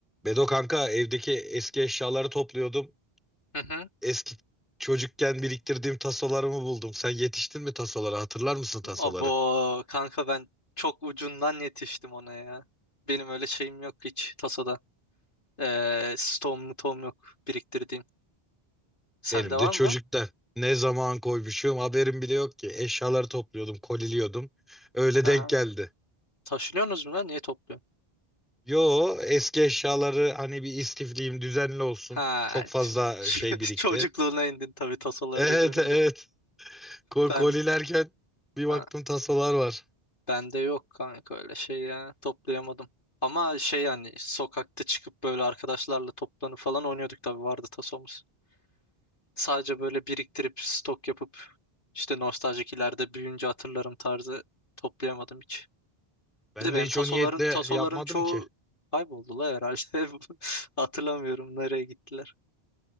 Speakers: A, in the centre; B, on the left.
A: Bedo kanka evdeki eski eşyaları topluyordum.
B: Hı hı.
A: Eski çocukken biriktirdiğim tasolarımı buldum. Sen yetiştin mi tasolara? Hatırlar mısın tasoları?
B: Abo kanka ben çok ucundan yetiştim ona ya. Benim öyle şeyim yok hiç tasada. Ee, stoğum tom yok biriktirdiğim. Sende
A: Benim
B: var
A: de çocuktan.
B: mı lan?
A: Ne zaman koymuşum haberim bile yok ki. Eşyaları topluyordum, koliliyordum. Öyle
B: Aha.
A: denk geldi.
B: Taşınıyorsunuz mu lan? Niye topluyorsun?
A: Yo eski eşyaları hani bir istifliyim düzenli olsun.
B: Ha,
A: Çok fazla
B: ç- ç-
A: şey birikti.
B: <laughs> çocukluğuna indin tabii tasoları
A: <laughs> Evet
B: da görünce.
A: evet. Ko-
B: Ben
A: Kolilerken bir
B: ha,
A: baktım tasolar var.
B: bende yok kanka öyle şey ya. Toplayamadım. Ama şey yani sokakta çıkıp böyle arkadaşlarla toplanıp falan oynuyorduk tabii vardı tasomuz. Sadece böyle biriktirip stok yapıp işte nostaljik ileride büyüyünce hatırlarım tarzı toplayamadım hiç.
A: Ben
B: Bir de benim
A: de hiç
B: tasoların
A: o niyetle
B: tasoların
A: yapmadım
B: çoğu
A: ki.
B: kayboldu la herhalde. <laughs> Hatırlamıyorum nereye gittiler.